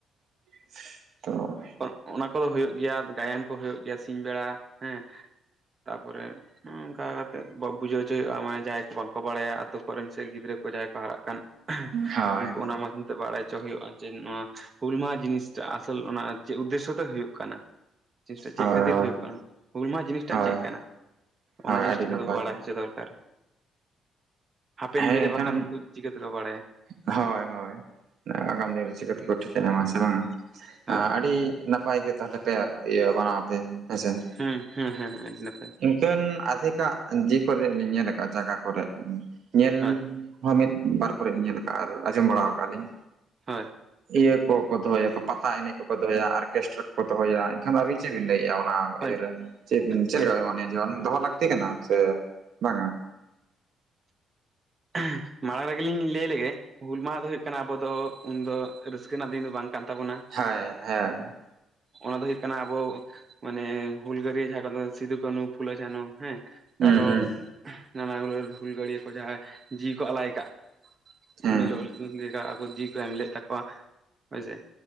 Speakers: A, on the right; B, on the right.
A: <inaudible> ᱛᱚ
B: ᱚᱫ ᱚᱱᱟ ᱠᱚᱫᱚ ᱦᱩᱭᱩᱜ ᱜᱮᱭᱟ ᱟᱫᱚ ᱜᱟᱭᱟᱱ ᱠᱚ ᱦᱩᱭᱩᱜ ᱜᱮᱭᱟ ᱥᱤᱧ ᱵᱮᱲᱟ ᱦᱮᱸ ᱛᱟᱯᱚᱨᱮ ᱩᱸ ᱚᱸᱠᱟ ᱠᱟᱛᱮᱫ ᱵᱟᱸᱵᱩ ᱡᱚ ᱦᱚᱪᱚ ᱦᱩᱭᱩᱜᱼᱟ ᱢᱟᱱᱮ ᱡᱟᱦᱟᱸᱭ ᱯᱷᱚᱱ ᱠᱚ ᱵᱟᱲᱟᱭᱟ ᱟᱛᱩ ᱠᱚᱨᱮᱱ ᱥᱮ ᱜᱤᱫᱽᱨᱟᱹ ᱠᱚ ᱡᱟᱦᱟᱸᱭ ᱠᱚ ᱦᱟᱨᱟᱜ ᱠᱟᱱ <unintelligible>
A: ᱦᱳᱭ
B: ᱩᱱᱠᱩ ᱚᱱᱟ ᱢᱟᱫᱷᱽᱭᱚᱢ ᱛᱮ ᱵᱟᱲᱟᱭ ᱪᱚ ᱦᱩᱭᱩᱜᱼᱟ ᱡᱮ ᱱᱚᱣᱟ ᱦᱩᱞ ᱢᱟᱦᱟ ᱡᱤᱱᱤᱥ ᱴᱟᱜ ᱟᱥᱚᱞ ᱚᱱᱟ ᱪᱮᱫ ᱩᱫᱽᱮᱥᱚᱭᱚ ᱛᱮ ᱦᱩᱭᱩᱜ ᱠᱟᱱᱟ ᱾ ᱪᱮᱥᱴᱟ ᱪᱮᱫ
A: ᱦᱳᱭ
B: ᱠᱷᱟᱹᱛᱤᱨ
A: ᱦᱳᱭ
B: ᱦᱩᱭᱩᱜ ᱠᱟᱱᱟ, ᱦᱩᱞ ᱢᱟᱦᱟ ᱡᱤᱱᱤᱥ ᱴᱟᱜ
A: ᱦᱳᱭ
B: ᱪᱮᱫ ᱠᱟᱱᱟ?
A: ᱦᱳᱭ
B: ᱚᱱᱟ ᱡᱤᱱᱤᱥ
A: ᱟᱹᱰᱤ
B: ᱴᱟ
A: ᱱᱟᱯᱟᱭ
B: ᱠᱚᱫᱚ ᱵᱟᱲᱟᱭ ᱦᱚᱪᱚ ᱫᱚᱨᱠᱟᱨ᱾ ᱦᱟᱯᱮᱱ
A: ᱦᱮᱸ
B: ᱫᱤᱱ ᱨᱮ
A: ᱮᱱᱠᱷᱟᱱ
B: ᱵᱟᱠᱷᱟᱱ ᱩᱱᱠᱩ ᱪᱤᱠᱟᱹ ᱛᱮᱠᱚ ᱵᱟᱲᱟᱭᱟ,
A: ᱦᱳᱭ ᱦᱳᱭ! ᱟᱜᱟᱢ ᱫᱤᱱ ᱨᱮ ᱪᱤᱠᱟᱹ ᱛᱮᱠᱚ ᱴᱷᱤᱠᱟᱹ ᱧᱟᱢᱟ ᱦᱮᱸᱥᱮ ᱵᱟᱝᱼᱟ,
B: ᱦᱳᱭ
A: ᱟᱸ ᱟᱹᱰᱤ ᱱᱟᱯᱟᱭ ᱜᱮ ᱛᱟᱦᱮᱞᱮ ᱯᱮ ᱤᱭᱟᱹ ᱢᱟᱱᱟᱣ ᱟᱯᱮ ᱦᱮᱸᱥᱮ,
B: ᱦᱩᱸ ᱦᱩᱸ ᱦᱮᱸ ᱦᱮᱸ ᱟᱹᱰᱤ ᱱᱟᱯᱟᱭ᱾
A: ᱤᱠᱷᱟᱹᱱ ᱟᱫᱷᱮᱠᱟᱜ ᱡᱮ ᱠᱚᱨᱮ ᱞᱤᱧ ᱧᱮᱞ ᱟᱠᱟᱜᱼᱟ ᱡᱟᱜᱟ ᱠᱚᱨᱮ ᱩᱸ ᱧᱮᱞᱻ
B: ᱦᱳᱭ
A: ᱦᱚᱸ ᱢᱤᱫ ᱵᱟᱨ ᱠᱚᱨᱮ ᱞᱤᱧ ᱧᱮᱞ ᱟᱠᱟᱜᱼᱟ ᱟᱨ ᱟᱸᱡᱽᱚᱢ ᱵᱟᱲᱟ ᱣᱟᱠᱟᱫ ᱟᱹᱞᱤᱧ,
B: ᱦᱳᱭ
A: ᱤᱭᱟᱹ ᱠᱚᱠᱚ ᱫᱚᱦᱚᱭᱟ ᱯᱟᱛᱟ ᱮᱱᱮᱡ ᱠᱚᱠᱚ ᱫᱚᱦᱚᱭᱟ ᱟᱨᱠᱮᱥᱴᱟᱨᱟ ᱠᱚᱠᱚ ᱫᱚᱦᱚᱭᱟ ᱮᱱᱠᱷᱟᱱ ᱟᱹᱵᱤᱱ ᱪᱮᱫ ᱵᱤᱱ ᱞᱟᱹᱭᱮᱜᱼᱟ ᱚᱱᱟ ᱚ
B: ᱦᱳᱭ
A: ᱤᱭᱟᱹ ᱨᱮ, ᱪᱮᱫ ᱵᱤᱱ ᱪᱮᱫ
B: ᱦᱳᱭ
A: ᱞᱮᱠᱟ ᱢᱟᱱᱮ ᱡᱚᱱ ᱫᱚᱦᱚ ᱞᱟᱹᱠᱛᱤ ᱠᱟᱱᱟ, ᱥᱮ ᱵᱟᱝ-ᱟ?
B: <unintelligible> ᱢᱟᱲᱟᱝ ᱨᱮᱜᱮ ᱞᱤᱧ ᱞᱟᱹᱭ ᱞᱮᱜᱮ ᱦᱩᱞ ᱢᱟᱦᱟ ᱫᱚ ᱦᱩᱭᱩᱜ ᱠᱟᱱᱟ ᱟᱵᱚ ᱫᱚᱼᱼ ᱩᱱ ᱫᱚ ᱨᱟᱹᱥᱠᱟᱹ ᱨᱮᱱᱟᱜ ᱫᱤᱱ ᱫᱚ ᱵᱟᱝ ᱠᱟᱱ ᱛᱟᱵᱚᱱᱟ,
A: ᱦᱚᱭ, ᱦᱮᱸ᱾
B: ᱚᱱᱟ ᱫᱚ ᱦᱩᱭᱩᱜ ᱠᱟᱱᱟ ᱟᱵᱚ ᱢᱟᱱᱮ ᱦᱩᱞᱜᱟᱹᱨᱭᱟᱹ ᱡᱟᱦᱟᱸ ᱠᱚᱫᱚ ᱥᱤᱫᱩ, ᱠᱟᱹᱱᱦᱩ, ᱯᱷᱩᱞᱳ, ᱡᱷᱟᱱᱚ ᱦᱮᱸ, ᱼᱼ
A: ᱦᱩᱸ
B: ᱟᱨᱚ
A: ᱦᱩᱸ
B: <unintelligible> ᱱᱟᱱᱟ ᱦᱩᱱᱟᱹᱨ ᱦᱩᱞᱜᱟᱹᱲᱤᱭᱟᱹ ᱠᱚ ᱡᱟᱦᱟᱸᱭ ᱡᱤᱣᱤ ᱠᱚ ᱟᱞᱟᱭ ᱟᱠᱟᱜᱼᱼ
A: ᱦᱮᱸ
B: ᱩᱱ ᱦᱤᱞᱳᱜ ᱞᱤ ᱞᱮᱠᱟ ᱟᱠᱚ ᱡᱤᱣᱤ ᱠᱚ ᱮᱢ ᱞᱮᱫ ᱛᱟᱠᱚᱣᱟ ᱦᱳᱭᱥᱮ᱾